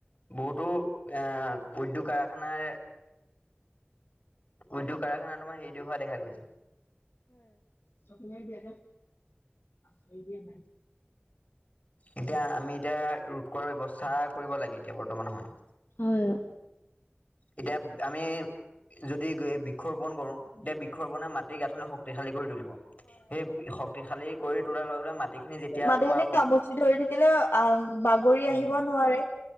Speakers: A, on the left; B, on the left.
A: বহুতো এ উদ্যোগ কাৰখানাৰ উদ্যোগ কাৰখানা তোমাৰ হেৰিটো হোৱা দেখা গৈছে।
B: চপ বিয় সেইবিধ
A: এতিয়া আমি এতিয়া ৰোধ কৰাৰ ব্যৱস্থা কৰিব লাগে এতিয়া বৰ্তমান সময়ত
B: হয় অ
A: এতিয়া আমি যদি বৃক্ষৰোপন কৰো এতিয়া বৃক্ষৰোপণে মাটিৰ গাঁথনি শক্তিশালী কৰি তুলিব সেই শক্তিশালী কৰি তোলাৰ লগে লগে মাটিখিনি যেতিয়া
B: মাটিখিনিক
A: তোমাৰ শক্তি
B: খামুচি ধৰি থাকিলে আ বাগৰি আহিব নোৱাৰে